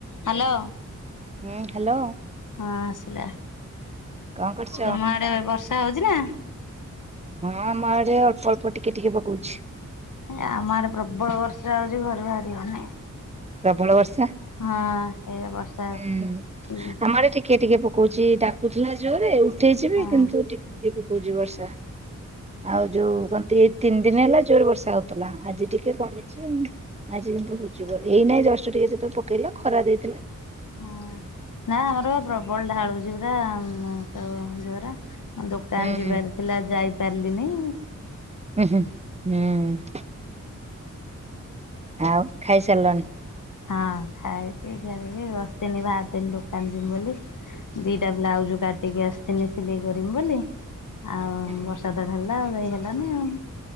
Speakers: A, on the left; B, on the right.
A: ହାଲୋ।
B: ହୁଁ, ହାଲୋ।
A: ହଁ ଆସିଲା
B: କଣ କରୁଛ?
A: ତମ ଆଡ଼େ ବର୍ଷା ହଉଛି ନା।
B: ହଁ ଆମ ଆଡ଼େ ଅଳ୍ପ ଅଳ୍ପ ଟିକେ ଟିକେ ପକଉଛି।
A: ଏ ଆମ ଆଡ଼େ ପ୍ରବଳ ବର୍ଷା ହଉଛି ଘରୁ ବାହାରି ହଉନି।
B: ପ୍ରବଳ ବର୍ଷା।
A: ହଁ। ଏଇବା ବର୍ଷା।
B: ହୁଁ
A: ହଁ
B: ଆମ ଆଡେ ଟିକେ ଟିକେ ପକଉଛି ଡାକୁଥିଲା ଜୋରରେ ଉଠେଇଛିି ବି
A: ହଁ
B: କିନ୍ତୁ ଟି ଟିକେ ପକଉଛି ବର୍ଷା ଆଉ ଯୋଉ କଁ ତି ଏଇ ତିନି ଦିନ ହେଲା ଜୋରେ ବର୍ଷା ହଉ ହଉଥିଲା ଆଜି ଟିକେ କମିଛି ଆଜି କିନ୍ତୁ ହଉଚି ଏଇନା ଜଷ୍ଟ ଟିକେ ତ ପ ପକେଇଲା ଖରା ଦେଇଥିଲା।
A: ହଁ, ନା ଆମର ବା ପ୍ରବଳ ଢାଳୁଛି ପୁରା ସେ ଜୋରରେ। ଦୋକାନ
B: ହୁଁ
A: ଯିବାର ଥିଲା ଯାଇ ପାରିଲିନି।
B: ଉଁ, ହୁଁ, ହୁଁ। ଆଉ ଖାଇସାରିଲଣି।
A: ହଁ ଖାଇକି ଜଲଦି ବସିଥିଲି ବାହାରିଥିଲି ଦୋକାନ ଯିବି ବୋଲି। ଦିଟା ବ୍ଲାଉଜ କାଟିକି ଆସିଥିନି ସିଲେଇ କରିମି ବୋଲି। ଆଉ
B: ହୁଁ
A: ବର୍ଷାତ ଢଳିଲା ଆଉ ଯାଇ ହେଲାନି ଆଉ।